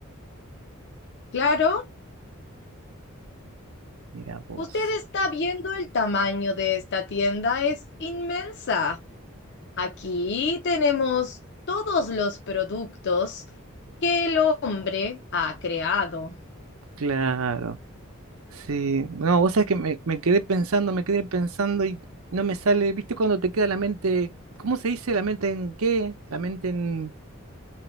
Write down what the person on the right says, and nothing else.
Mira vos.
Claro. Sí. No, vos sabés que me, me quedé pensando, me quedé pensando y no me sale. ¿Viste cuando te queda la mente? ¿Cómo se dice? ¿La mente en qué? La mente en...